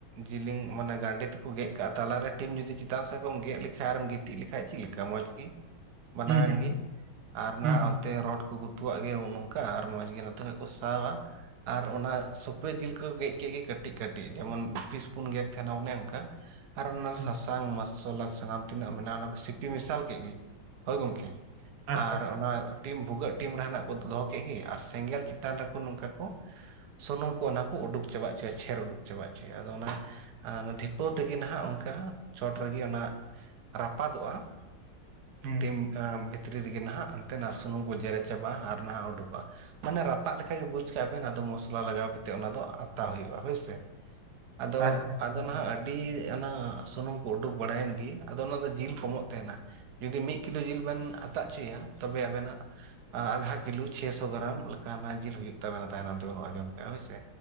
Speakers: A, on the right; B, on the right.
A: ᱡᱮᱞᱤᱝ ᱢᱟᱱᱮ ᱜᱟᱸᱰᱮ ᱛᱮᱠᱚ ᱜᱮᱫ ᱠᱟᱜᱼᱟ ᱛᱟᱞᱟᱨᱮ ᱴᱤᱱ ᱡᱩᱫᱤ ᱪᱮᱛᱟᱱ ᱥᱮᱜ ᱠᱚᱢ ᱜᱮᱫ ᱞᱮᱠᱷᱟᱡ ᱟᱨᱮᱢ ᱜᱤᱛ ᱛᱤᱡ ᱞᱮᱠᱷᱟᱡ ᱪᱮᱫ ᱞᱮᱠᱟ ᱢᱚᱸᱡᱽ ᱜᱮ ᱵᱟᱱᱟᱣᱮᱱ
B: ᱦᱩᱸ ᱦᱩᱸ ᱦᱩᱸ
A: ᱜᱮ ᱟᱨ ᱱᱟᱦᱟᱜ
B: ᱦᱩᱸ
A: ᱚᱱᱛᱮ ᱨᱚᱰ ᱠᱚ ᱜᱩᱛᱩᱣᱟᱜ ᱜᱮ ᱱᱚᱝᱠᱟ ᱟᱨ ᱢᱚᱡᱽ ᱜᱮ ᱱᱚᱛᱮ ᱠᱷᱚᱡ ᱠᱚ ᱥᱟᱣᱟ ᱟᱨ ᱚᱱᱟ ᱥᱩᱠᱨᱤ ᱡᱤᱞ ᱠᱚ ᱜᱮᱫ ᱠᱮᱫ ᱜᱮ ᱠᱟᱹᱴᱤᱡ-ᱠᱟᱹᱴᱤᱡ ᱡᱮᱢᱚᱱ ᱯᱤᱥ ᱵᱩᱱ ᱜᱮᱫ ᱚᱱᱮ ᱚᱱᱠᱟ ᱟᱨ ᱚᱱᱟ
B: ᱦᱩᱸ.
A: ᱥᱟᱥᱟ ᱥᱟᱥᱟᱝ, ᱢᱚᱥᱚᱞᱟ, ᱥᱟᱱᱟᱢ ᱛᱤᱱᱟᱹᱜ ᱢᱮᱱᱟᱜᱼᱟ ᱚᱱᱟ ᱠᱚ ᱥᱤᱯᱤ ᱢᱮᱥᱟᱞ ᱠᱮᱫ ᱜᱮ ᱦᱚᱳᱭ ᱜᱚᱝᱠᱮ
B: ᱟᱪᱪᱷᱟ
A: ᱟᱨ
B: ᱟᱪᱪᱷᱟ
A: ᱚᱱᱟ ᱴᱤᱱ ᱵᱷᱩᱜᱟᱹᱜ ᱴᱤᱱ ᱨᱮᱱᱟᱜ ᱠᱚ ᱫᱚᱦᱚ ᱠᱮᱫ ᱜᱮ ᱟᱨ ᱥᱮᱸᱜᱮᱞ ᱪᱮᱛᱟᱱ ᱨᱮᱠᱚ ᱱᱚᱝᱠᱟ ᱠᱚ ᱥᱩᱱᱩᱢ ᱠᱚ ᱚᱱᱟ ᱠᱚ ᱩᱰᱩᱠ ᱪᱟᱵᱟ ᱚᱪᱚᱭᱟ ᱪᱷᱮᱨ ᱩᱰᱩᱠ ᱪᱟᱵᱟ ᱚᱪᱚᱭᱟ ᱟᱫᱚ ᱚᱱᱟ ᱟᱨ ᱫᱷᱤᱯᱟᱹᱣ ᱛᱮᱜᱮ ᱱᱟᱦᱟᱸᱜ ᱚᱱᱠᱟ ᱪᱚᱴ ᱨᱮᱜᱮ ᱚᱱᱟ ᱨᱟᱯᱟᱫᱚᱜ-ᱟ᱾
B: ᱦᱩᱸ
A: ᱴᱤᱢ
B: ᱦᱩᱸ.
A: ᱵᱷᱤᱛᱨᱤ ᱨᱮᱜᱮ ᱱᱟᱦᱟᱜ ᱚᱱᱛᱮ ᱱᱟ ᱥᱩᱱᱩᱢ ᱠᱚ ᱡᱮᱨᱮᱫ ᱪᱟᱵᱟᱜ-ᱟ ᱟᱨ ᱱᱟᱦᱟᱜ ᱚᱰᱚᱠᱚᱜ-ᱟ ᱾ ᱢᱟᱱᱮ ᱨᱟᱯᱟᱜ ᱞᱮᱠᱷᱟᱡ ᱜᱮ ᱵᱩᱡᱽ ᱠᱟᱜ ᱵᱮᱱ ᱟᱫᱚ ᱢᱚᱥᱞᱟ ᱞᱟᱜᱟᱣ ᱠᱟᱛᱮᱫ ᱚᱱᱟ ᱫᱚ ᱟᱛᱟ ᱦᱩᱭᱩᱜ-ᱟ ᱦᱚᱭ ᱥᱮ᱾ ᱟᱫᱚ
B: ᱟᱪᱪᱷᱟ ᱟᱪᱪᱷᱟ
A: ᱟᱫᱚ
B: ᱟᱪᱪᱷᱟ
A: ᱱᱟᱦᱟᱜ ᱟᱹᱰᱤ ᱟᱹᱰᱤ ᱚᱱᱟ ᱥᱩᱱᱩᱢ ᱠᱚ ᱚᱰᱚᱠ ᱵᱟᱲᱟᱭᱮᱱ ᱜᱮ ᱟᱫᱚ ᱚᱱᱟ ᱫᱚ ᱡᱤᱞ ᱠᱚᱢᱚᱜ ᱛᱟᱦᱮᱱᱟ᱾ ᱡᱩᱫᱤ ᱢᱤᱫ ᱠᱤᱞᱳ ᱡᱤᱞ ᱵᱤᱱ ᱟᱛᱟ ᱚᱪᱚᱭᱟ ᱛᱚᱵᱮ ᱟᱹᱵᱤᱱᱟᱜ ᱟᱫᱷᱟ ᱠᱤᱞᱳ ᱪᱷᱭ ᱥᱚ ᱜᱨᱟᱢ ᱞᱮᱠᱟ ᱡᱤᱞ ᱦᱩᱭᱩᱜ ᱛᱟᱵᱤᱱᱟ ᱛᱟᱭᱱᱚᱢ ᱛᱤᱵᱤᱱ ᱚᱡᱚᱱ ᱠᱷᱟᱱ ᱦᱚᱭ ᱥᱮ᱾